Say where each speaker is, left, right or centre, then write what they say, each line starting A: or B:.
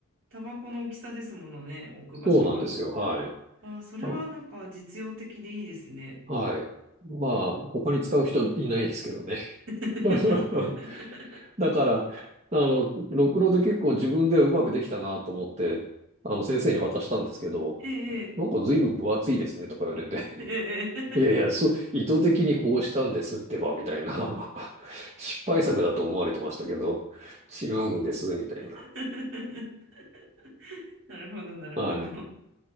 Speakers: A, on the right; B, on the right.
A: タバコの大きさですものね、置く場所が。
B: そうなんですよ。はい。
A: あ、それはなんか実用的でいいですね。
B: あ、はい。まあ、他に使う人いないですけどね。
A: <laughs>
B: <laughs> だから、あの、ろくろで結構自分ではうまくできたなと思って、あの、先生に渡したんですけど、
A: ええ、
B: なんか随分分厚いですねとか言われて、
A: ええ、
B: <laughs>
A: え
B: いやいや、そう、意図的にこうしたんですってば、みたいな。<laughs> 失敗作だと思われてましたけど、違うんです、みたいな。
A: え。<laughs> なるほど、なるほど。
B: はい。